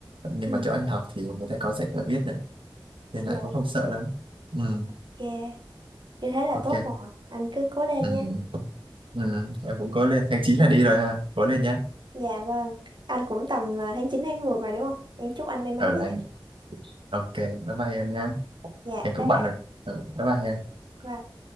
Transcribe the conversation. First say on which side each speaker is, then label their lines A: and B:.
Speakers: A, on the right; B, on the right.
A: nhưng
B: ừ.
A: mà chỗ anh học thì người ta có dạy cả viết nữa nên
B: Dạ
A: lại cũng không sợ lắm ừ,
B: ok. Như thế là
A: ok
B: tốt rồi. Anh cứ cố lên
A: ừ,
B: nha.
A: ừ, em cũng cố lên tháng 9 là đi rồi ha cố lên nhé
B: Dạ vâng. Anh cũng tầm ờ, tháng 9 tháng 10 mà đúng không? Em chúc anh may mắn
A: Ở
B: nha.
A: anh ok bye bye em nhé
B: Dạ,
A: Anh cũng
B: bye
A: bận rồi ừ, bye bye em
B: bye.